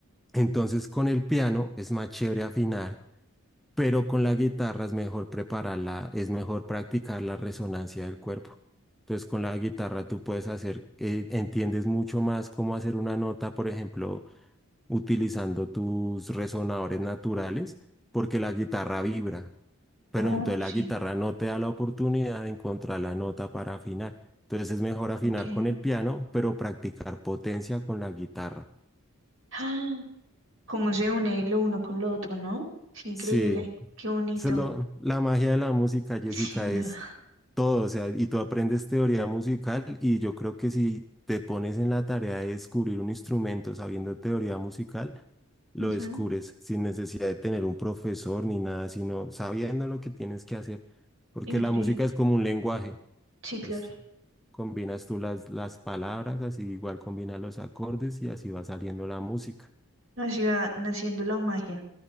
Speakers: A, in the centre; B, on the right (about 65°).
A: Entonces con el piano es más chévere afinar, pero con la guitarra es mejor prepararla, es mejor practicar la resonancia del cuerpo. Entonces con la guitarra tú puedes hacer, eh, entiendes mucho más cómo hacer una nota, por ejemplo, utilizando tus resonadores naturales, porque la guitarra vibra pero
B: Oh,
A: entonces
B: sí,
A: la guitarra no te da la oportunidad de encontrar la nota para afinar. Entonces es mejor afinar
B: ok.
A: con el piano, pero practicar potencia con la guitarra.
B: ¡Ah! Cómo se une lo uno con lo otro, ¿no? Es increíble,
A: Sí,
B: qué bonito,
A: eso es lo- la magia de la música, Jessica,
B: sin
A: es
B: duda.
A: todo, o sea, y tú aprendes teoría musical y yo creo que si te pones en la tarea de descubrir un instrumento sabiendo teoría musical, lo
B: Ujú,
A: descubres sin necesidad de tener un profesor ni nada, sino sabiendo lo que tienes que hacer, porque
B: Increíble.
A: la música es como un lenguaje.
B: Sí, claro.
A: Pues combinas tú las, las palabras, así igual combinas los acordes y así va saliendo la música.
B: Así va naciendo la magia.